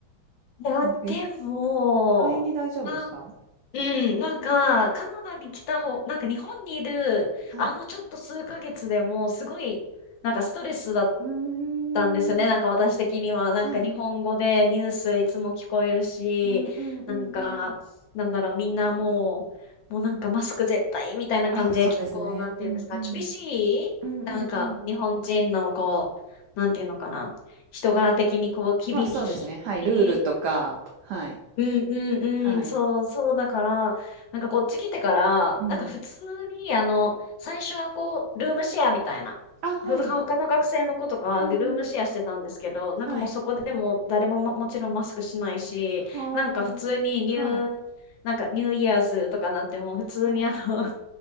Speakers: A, on the left; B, on the right.
A: いや、
B: なんかい
A: でも、
B: 意外に大丈夫ですか
A: まあうん、なんか、カナダに来た方、なんか日本にいる、
B: はい。
A: あのちょっと数ヶ月でも、すごい、なんかストレスだっ
B: うーん。
A: たんですよね。なんか私的には、なんか日本語でニュースいつも聞こえるし、
B: はい。うんうんうんうん。
A: なんか、なんだろう、みんなもう、もうなんかマスク絶対みたいな感じで、
B: あ、そうですね。
A: 結構、なんていうんですか、
B: うんうん。
A: 厳しいなんか、
B: うんうんうん。
A: 日本人のこう、なんていうのかな、人柄的にこう、厳しい
B: まあそうですね。はい。ルールとか、はい。
A: うんうんうん、
B: はい。
A: そう、そうだから、なんかこっち来てから、
B: うん。
A: なんか普通に、あの、最初はこう、ルームシェアみたいな。
B: あ、はい。
A: ほ他の学生の子とか、
B: うんうん。
A: ルームシェアしてたんですけど、
B: はい。
A: なんかもうそこでもう誰もまもちろんマスクしないし、
B: はあ。
A: なんか普通にニュー、
B: はい。
A: なんかニューイヤーズとかなってもう普通にあの、
B: はい。
A: <laughs>